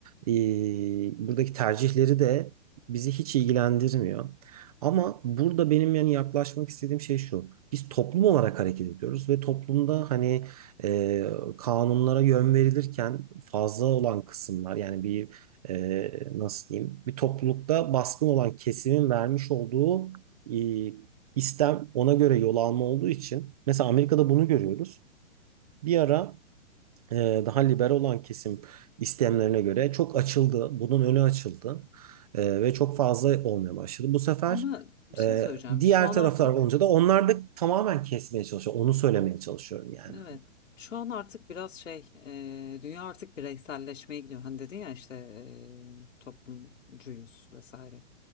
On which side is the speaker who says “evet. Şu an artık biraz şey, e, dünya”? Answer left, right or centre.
Left